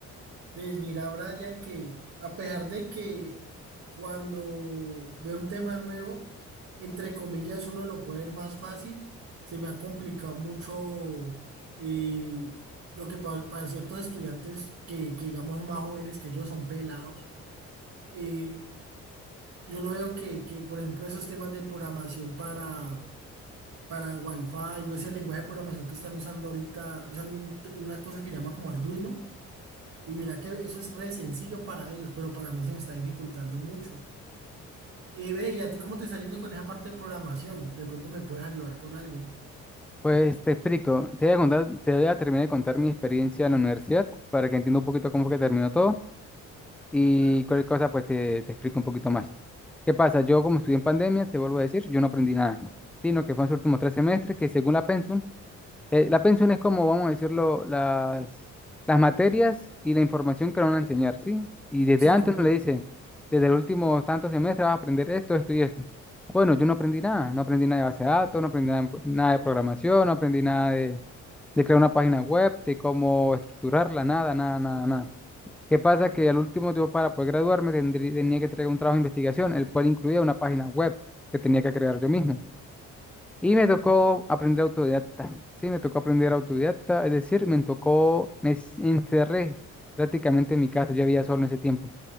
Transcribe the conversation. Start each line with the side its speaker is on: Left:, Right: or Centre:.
Right: Pues mira, Brian, que a pesar de que cuando veo un tema nuevo, entre comillas, uno lo puede ver más fácil, se me ha complicado mucho eh, lo que pa- para, ciertos estudiantes que, que digamos más jóvenes que yo son pelados. eh, yo lo veo que, que, por ejemplo, esos temas de programación para, para Wi-Fi o ese lenguaje de programación que están usando ahorita, usan un- una cosa que llama como Arduino y mira que eso es re sencillo para ellos, pero para mí se me está dificultando mucho. Y ve, ¿y a ti cómo te está yendo con esa parte de programación? De pronto me puedes ayudar con algo.
Centre: Pues te explico, te voy a contar, te voy a terminar de contar mi experiencia en la universidad para que entienda un poquito cómo fue que terminó todo y
Right: Claro.
Centre: cualquier cosa pues te, te explico un poquito más. ¿Qué pasa? Yo como estudié en pandemia, te vuelvo a decir, yo no aprendí nada, sino que fue en los últimos tres semestres que según la pensum Eh, la pensión es como, vamos a decirlo, las, las materias y la información que le van a enseñar, ¿sí? Y desde
Right: Sí,
Centre: antes
Right: correcto.
Centre: uno le dicen, desde el último tanto semestre vas a aprender esto, esto y esto. Bueno, yo no aprendí nada, no aprendí nada de base de datos, no aprendí nada, de pro- nada de programación, no aprendí nada de, de crear una página web, de cómo estructurarla, nada, nada, nada, nada. ¿Qué pasa? Que al último yo para poder graduarme tendrí- tenía que traer un trabajo de investigación, el cual incluía una página web que tenía que crear yo mismo. Y me tocó aprender autodidacta. Sí, me tocó aprender autodidacta, es decir, me tocó, me s- encerré prácticamente en mi casa. Yo vivía solo en ese tiempo,